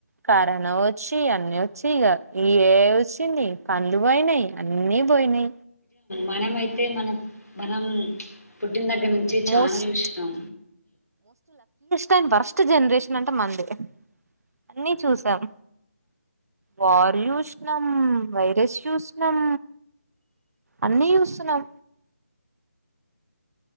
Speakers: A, on the right; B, on the left.
A: కరోనా వచ్చి అన్ని వచ్చి ఇగ ఏ ఐ వచ్చింది పన్లు పొయినై అన్నీ బొయినై
B: మనమయితే మనం మనం న్ దగ్గర్నుంచి ఛానా
A: మోస్ట్
B: జూష్నం
A: కాని వరస్ట్ జనరేషన్ అంటే మన్దే అన్నీ చూసాం వార్ యూష్ణం వైరస్ యూస్నం అన్నీ యూస్తున్నాం